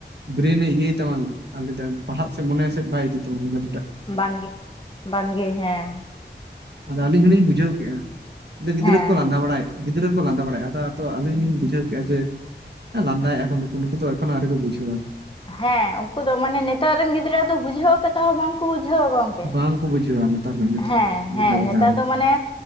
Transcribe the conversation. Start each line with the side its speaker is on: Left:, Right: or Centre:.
Right: ᱵᱨᱮᱱᱮ ᱤᱭᱟᱹᱭ ᱛᱟᱢᱟ ᱟᱞᱮᱭ ᱫᱟᱭ ᱯᱟᱲᱦᱟᱜ ᱥᱮᱫ ᱢᱚᱱᱮ ᱥᱮᱫ ᱵᱟᱭ ᱤᱫᱤ ᱛᱟᱢᱟ ᱢᱮᱱᱫᱟ
Left: ᱵᱟᱝᱜᱮ - ᱵᱟᱝᱜᱮ ᱦᱮᱸ
Right: ᱟᱫᱚ ᱟᱹᱞᱤᱧ ᱦᱩᱞᱤᱧ ᱵᱩᱡᱷᱟᱹᱣ ᱠᱮᱜᱼᱟ, ᱟᱫᱚ ᱜᱤᱫᱽᱨᱟᱹ
Left: ᱦᱮᱸ
Right: ᱠᱚ ᱞᱟᱸᱫᱟ ᱵᱟᱲᱟᱭᱼᱟ ᱜᱤᱫᱽᱨᱟᱹ ᱠᱚ ᱞᱟᱸᱫᱟ ᱵᱟᱲᱟᱭᱮᱼᱟ ᱟᱫᱚ ᱛᱚ ᱟᱞᱤᱧ ᱞᱤᱧ ᱵᱩᱡᱷᱟᱹᱣ ᱠᱮᱜᱼᱟ, ᱡᱮ ᱞᱟᱸᱫᱟᱭᱮᱼᱟ ᱠᱚ ᱱᱩᱠᱩ ᱼ ᱱᱩᱠᱩ ᱫᱚ ᱮᱠᱷᱚᱱ ᱦᱚᱸ ᱟᱹᱣᱨᱤ ᱠᱚ ᱵᱩᱡᱷᱟᱹᱣᱟ
Left: ᱦᱮᱸ ᱳᱱᱠᱳ ᱫᱚ ᱢᱟᱱᱮ ᱱᱮᱛᱟᱨ ᱨᱮᱱ ᱜᱤᱫᱽᱨᱟᱹ ᱫᱚ ᱵᱩᱡᱷᱟᱹᱣ ᱠᱟᱛᱮ ᱦᱚᱸ ᱵᱟᱝᱠᱚ ᱵᱩᱡᱷᱟᱹᱣᱟ ᱜᱚᱝᱠᱮ᱾
Right: ᱵᱟᱝ ᱠᱚ ᱵᱩᱡᱷᱟᱹᱣᱟ ᱱᱮᱛᱟᱨ ᱨᱮᱱ ᱜᱤᱫᱽᱨᱟᱹ
Left: ᱦᱮᱸ - ᱦᱮᱸ
Right: ᱵᱩᱡᱷᱟᱹᱣ
Left: ᱼ
Right: ᱠᱟᱛᱮ
Left: ᱱᱮᱛᱟᱨ ᱫᱚ ᱢᱟᱱᱮ